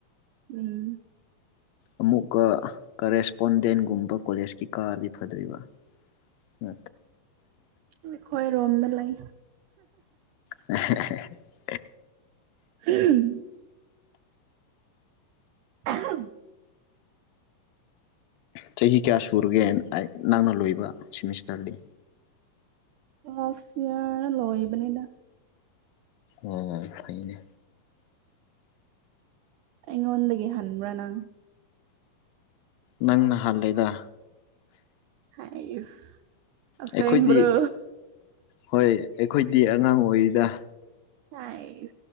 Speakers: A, on the right (about 85°); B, on the left (about 80°).
A: ꯎꯝ
B: ꯑꯃꯨꯛꯀ ꯀꯔꯦꯁꯄꯣꯟꯗꯦꯟꯒꯨꯝꯕ ꯀꯣꯂꯦꯖꯀꯤ ꯀꯥꯔꯗꯤ ꯐꯗꯣꯏꯔꯤꯕ ꯅꯤ
A: ꯑꯩꯈꯣꯏꯔꯣꯝꯗ ꯂꯩ
B: <unintelligible>
A: ꯎꯝ <inaudible>
B: ꯆꯍꯤ ꯀꯌꯥ ꯁꯨꯔꯒꯦꯅ ꯅꯪꯅ ꯂꯣꯏꯕ ꯁꯤꯦꯃꯤꯁꯇꯔꯗꯤ
A: ꯑꯁꯤ ꯌꯥꯅ ꯂꯣꯣꯏꯕꯅꯤꯗ
B: ꯑꯣ ꯐꯅꯦ
A: ꯑꯩꯉꯣꯟꯗꯒꯤ ꯍꯟꯕ꯭ꯔꯥ ꯅꯪ
B: ꯅꯪ ꯅꯍꯥꯟꯂꯗ
A: ꯍ ꯏꯁ ꯑꯁ
B: ꯑꯩꯈꯣꯏꯗꯤ
A: ꯍꯡ꯭ꯔꯣ
B: ꯍꯣꯏ ꯑꯩꯈꯣꯏꯗꯤ ꯑꯉꯥꯡ ꯑꯣꯏꯔꯤꯗ
A: ꯍꯥꯏ